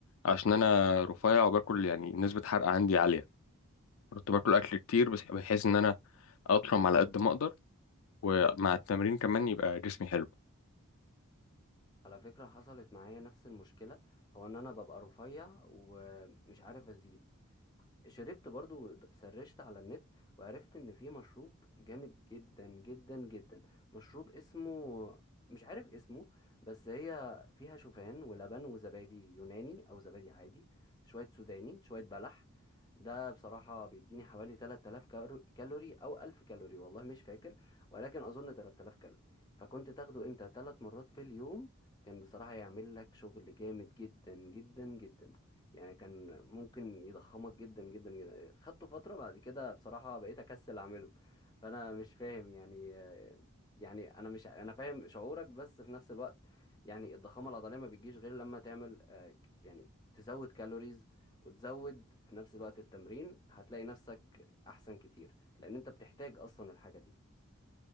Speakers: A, on the left (about 70°); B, on the left (about 20°).
A: عشان انا رفيع وباكل يعني نسبه حرق عندي عاليه كنت باكل اكل كتير بس بحيث ان انا اطرم على قد ما اقدر ومع التمرين كمان يبقى جسمي حلو
B: على فكرة حصلت معايا نفس المشكلة هو إن أنا ببقى رفيع ومش عارف أزيد شربت برضو سرشت على النت وعرفت ان في مشروب جامد جدا جدا جدا مشروب اسمه مش عارف اسمه بس هي فيها شوفان ولبن وزبادي يوناني او زبادي عادي شوية سوداني شوية بلح ده بصراحة بيديني حوالي 3000 كالو- كالوري او 1000 كالوري والله مش فاكر ولكن اظن 3000 كالوري فكنت تاخده انت ثلاث مرات في اليوم كان بصراحة يعمل لك شغل جامد جدا جدا جدا يعني كان ممكن يضخمك جدا جدا جدا خدته فترة بعد كده بصراحة بقيت أكسل أعمله فأنا مش فاهم يعني يعني أنا مش أنا فاهم شعورك بس في نفس الوقت يعني الضخامة العضلية ما بتجيش غير لما تعمل آه، ك- يعني تزود كالوريز وتزود في نفس الوقت التمرين هتلاقي نفسك أحسن كتير لأن أنت بتحتاج أصلا الحاجة دي